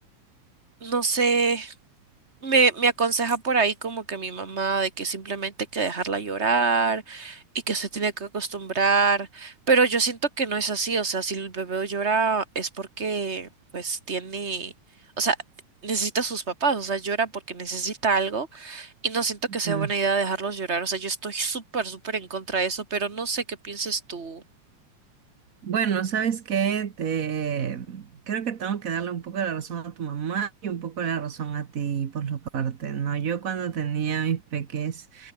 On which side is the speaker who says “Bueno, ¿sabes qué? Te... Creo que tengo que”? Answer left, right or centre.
Right